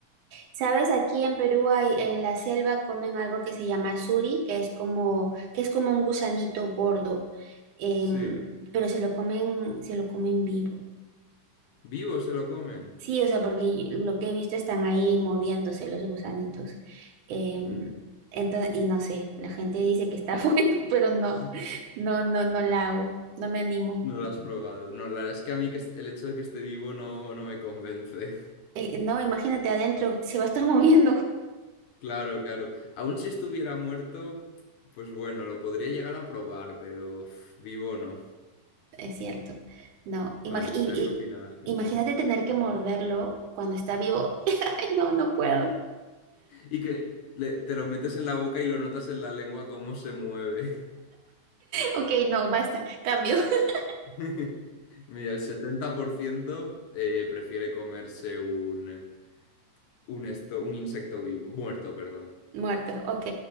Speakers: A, on the right; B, on the left.
A: Sabes, aquí en Perú hay, en la selva comen algo que se llama suri, que es como, que es como un gusanito gordo, em,
B: Sí.
A: pero se lo comen, se lo comen vivo.
B: ¿Vivo se lo comen?
A: Sí, o sea, porque y- lo que he visto están ahí moviéndose los gusanitos. Em,
B: Mm.
A: ento- y no sé, la gente dice que está <laughs> bueno, pero no,
B: <laughs>
A: no, no, no la hago, no me animo.
B: No lo has probado. No, la verdad es que a mí que est- el hecho de que esté vivo no, no me convence. <laughs>
A: Eh, no, imagínate adentro, se va a estar <laughs> moviendo.
B: Claro, claro. Aún si estuviera muerto, pues bueno, lo podría llegar a probar, pero uf, vivo no.
A: Es cierto. No,
B: Vale,
A: imag- y-
B: pues a ver qué opina la gente.
A: y- imagínate tener que morderlo cuando está vivo. <laughs> Ay, no, no puedo.
B: Y que le- te lo metes en la boca y lo notas en la lengua cómo se mueve.
A: Ok, no, basta, cambio. <laughs>
B: <laughs> Mira, el 70% eh, prefiere comerse un, un, esto, un insecto vivo, muerto, perdón.
A: Muerto, ok,